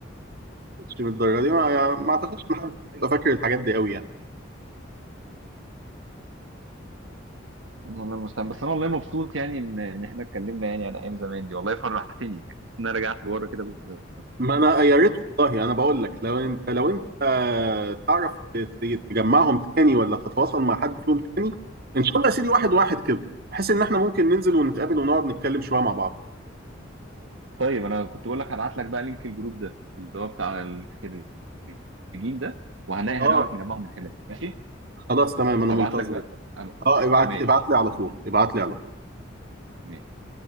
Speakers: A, on the right (about 50°); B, on the right (about 85°).
A: مش من الدرجه دي ما, يعني ما اعتقدش ان حد هيبقى فاكر الحاجات دي قوي يعني
B: والله المستعان بس انا والله مبسوط يعني ان ان احنا اتكلمنا يعني على ايام زمان دي والله فرحتني يعني <laughs> ان انا رجعت لورا كده بالزمن.
A: ما انا يا ريت والله انا بقول لك لو انت لو انت آه، تعرف ت- ت- تجمعهم تاني ولا تتواصل مع حد فيهم تاني ان شاء الله يا سيدي واحد واحد كده بحيث ان احنا ممكن ننزل ونتقابل ونقعد نتكلم شويه مع بعض
B: طيب انا كنت بقول لك هبعت لك بقى لينك الجروب ده اللي هو بتاع الخريجين ده وهنلاقي هنعرف
A: اه
B: نجمعهم من خلاله ماشي
A: خلاص تمام انا
B: هبعت
A: منتظرك
B: لك بقى أنا-
A: اه ابعت
B: ماشي
A: ابعت لي على طول ابعت لي على طول
B: ماشي